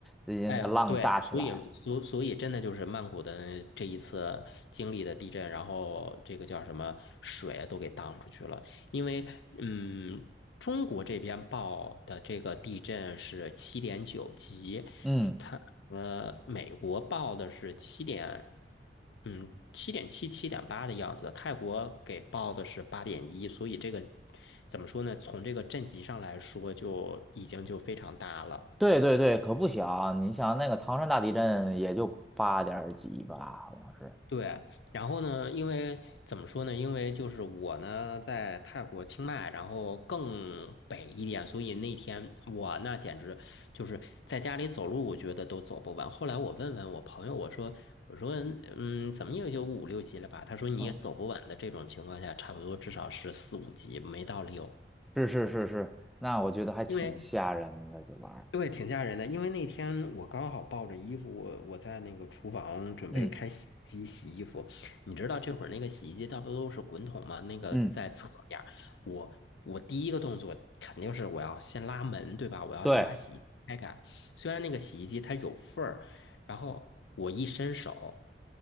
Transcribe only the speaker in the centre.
最近那浪大起来。
嗯，
对对对，可不小。你想那个唐山大地震也就八点几吧，好像是。
嗯，
是是是是，那我觉得还挺吓人的，
这玩意儿。
嗯
嗯，
对，